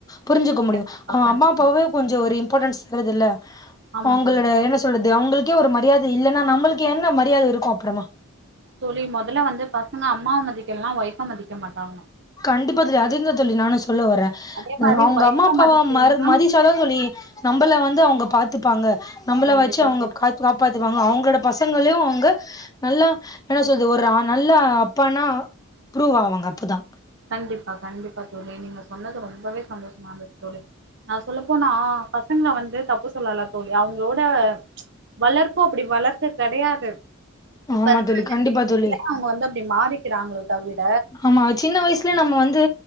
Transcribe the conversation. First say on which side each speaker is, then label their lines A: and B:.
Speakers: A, on the left; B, on the right.
A: புரிஞ்சுக்க முடியு
B: கண்டிப்பா
A: அவ
B: கண்டிப்பா
A: அம்மா அப்பாவே கொஞ்சோ ஒரு இம்பார்ட்டன்ஸ் தரதது இல்ல
B: ஆமா
A: அவங்களோட
B: தோழி
A: என்ன சொல்லறது அவங்களுக்கே ஒரு மரியாதை இல்லைன்னா நம்மளுக்கு என்ன மரியாதை இருக்கு அப்புறமா
B: தோழி மொதல்ல வந்து பசங்க அம்மாவை மதிக்கலன்னா ஒய்ஃப்பா மதிக்க மாட்டாங்க
A: கண்டிப்பா தோழி அதுதா தோழி நானு சொல்ல வரேன்
B: அதே
A: அ
B: மாரி
A: அவங்க
B: ஒய்ஃப
A: அம்மா அப்பாவ
B: மதிக்கலனா
A: மற மதி ச்சாதா தோழி நம்மளை வந்து அவ்ங்க பாத்துப்பாங்க நம்மளை
B: கண்டிப்பா
A: வச்சு அவங்க
B: தோழி
A: கத்து காப்பாத்துவாங்க அவங்களோட பசங்களையும் அவங்க நல்லா என்ன சொல்லறது ஒரு நல்லா அப்பானா ப்ரூவ் ஆவாங்க அப்பதா
B: கண்டிப்பா கண்டிப்பா தோழி நீங்க சொன்னது ரொம்பவே சந்தோஷமா இருந்தது தோழி நா சொல்லப்போனா பசங்களை வந்து தப்பு சொல்லல தோழி அவங்களோட வளர்பு அப்டி வளர்க்க கெடையாது இப்ப
A: ஆமா
B: இருக்கற
A: தோழி
B: ஜென்ரேஷன்
A: கண்டிப்பா தோழி
B: அவங்க வந்து அப்டி மாறிக்கிறாங்கள தவிர
A: ஆமா சின்ன வயசுல நம்ம வந்து